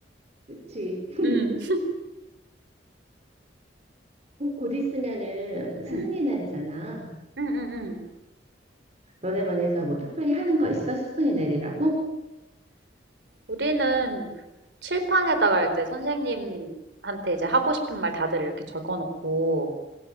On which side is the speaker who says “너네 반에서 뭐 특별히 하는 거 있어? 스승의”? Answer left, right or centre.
Right